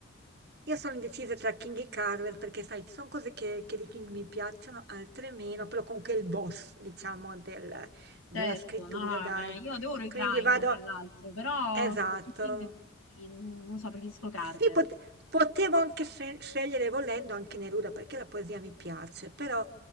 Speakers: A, on the right; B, on the left.
A: Io sono indecisa tra King e Carver perché, sai, ci sono cose che, che di King mi piacciono, altre meno, però comunque è il boss, diciamo, del- della
B: Certo,
A: scrittura,
B: no, no,
A: dai.
B: ma io adoro i
A: Quindi
B: crime,
A: vado...
B: tra l'altro, però
A: Esatto.
B: Stephen King è così, non, non so, preferisco Carver.
A: Sì, pot- potevo anche scel- scegliere volendo anche Neruda perché la poesia mi piace, però,